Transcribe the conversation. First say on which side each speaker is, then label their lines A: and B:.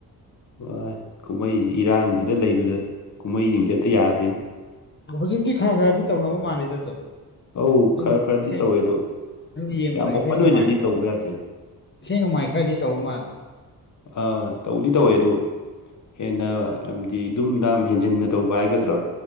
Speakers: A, on the left; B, on the left.
A: ꯍꯣꯏ ꯀꯨꯝꯍꯩꯁꯤꯦ ꯏꯔꯥꯡꯁꯤꯗ ꯂꯩꯕꯗ ꯀꯨꯝꯍꯩꯁꯤꯡꯁꯦ ꯑꯝꯇ ꯌꯥꯗ꯭ꯔꯤꯅꯤ
B: ꯍꯧꯖꯤꯛꯇꯤ ꯈꯔ ꯈꯔꯗꯤ ꯇꯧꯅꯕ ꯃꯥꯥꯟꯜꯂꯤꯗ ꯑꯗꯣ
A: ꯑꯧ
B: ꯑꯗꯨꯝ
A: ꯈꯔ ꯈꯔꯗꯤ
B: ꯏꯁꯩ
A: ꯇꯧꯋꯦ ꯑꯗꯣ
B: ꯅꯪ ꯌꯦꯡꯕꯗ
A: ꯌꯥꯝ
B: ꯏꯁꯩ
A: ꯑꯣꯄꯟ
B: ꯅꯨꯡꯉꯥꯏ
A: ꯑꯣꯏꯅꯗꯤ ꯇꯧꯕ ꯌꯥꯗ꯭ꯔꯦ
B: ꯏꯁꯩ ꯅꯣꯡꯃꯥꯏ ꯈꯔꯗꯤ ꯇꯧ ꯃꯥꯜꯂꯜꯂꯤ
A: ꯑꯥ ꯇꯧꯗꯤ ꯇꯧꯋꯦ ꯑꯗꯨ ꯍꯦꯟꯅ ꯍꯥꯏꯗꯤ ꯑꯗꯨꯝ ꯗꯥꯝ ꯍꯦꯟꯖꯤꯟꯅ ꯇꯧꯕ ꯍꯥꯏꯒꯗ꯭ꯔꯥ